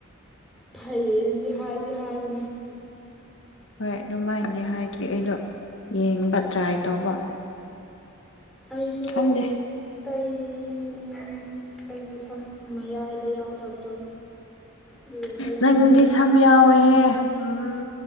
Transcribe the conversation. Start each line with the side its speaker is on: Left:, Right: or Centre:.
Centre: ꯐꯩꯌꯦ ꯅꯗꯤ ꯍꯥꯏꯗꯤ ꯍꯥꯏꯕꯅꯦ
Left: ꯍꯣꯏ ꯑꯗꯨꯃꯥꯏꯅꯒꯗꯤ ꯍꯥꯏꯗꯤ ꯑꯩꯗꯣ ꯌꯦꯡꯕ ꯇ꯭ꯔꯥꯏ ꯇꯧꯕ
Centre: ꯑꯩꯁꯨ
Left: ꯈꯪꯗꯦ
Centre: ꯇꯩꯅꯤꯡꯉꯦ ꯑꯩꯒꯤ ꯁꯝ ꯃꯌꯥꯏꯗ ꯌꯥꯎꯗꯕꯗꯣ ꯑꯗꯨꯗ ꯇꯩꯅꯤꯡꯉꯦ
Left: ꯅꯪꯗꯤ ꯁꯝ ꯌꯥꯎꯋꯦꯍꯦ ꯎꯝ